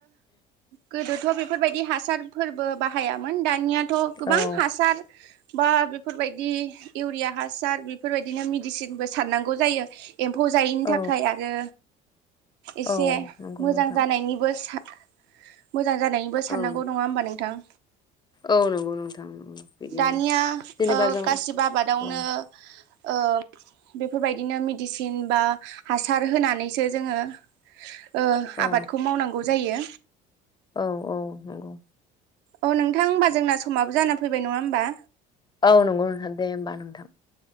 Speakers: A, on the right (about 75°); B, on the left (about 25°).
A: गोदोथ' बेफोरबायदि हासारफोरबो बाहायामोन। मोन दानियाथ' गोबां
B: औ
A: हासार बा बेफोरबायदि इउरिया हासार बेफोरबायदिनो मेडिसिनबो सारनांगौ जायो। एम्फौ जायैनि
B: औ
A: थाखाय आरो एसे
B: औ नंगौ
A: मोजां
B: नोंथां
A: जानायनि मोजां जानायनिबो साननांगौ
B: औ
A: नङा होमबा नोंथां।
B: औ नंगौ नोंथां नंगौ बिदिनो
A: दानिया
B: जेनेबा जों
A: गासिबो आबादावनो
B: औ
A: ओ बेफोरबायदिनो मिडिसिन बा हासार होनानैसो जोङो
B: <inaudible>
A: ओ
B: औ
A: आबादखौ मावनांगौ जायो।
B: औ औ नंगौ।
A: औ नोंथां होमबा जोंना समाबो जाना फैबाय, नङा होमबा?
B: औ नंगौ नोंथां दे होनबा नोंथां।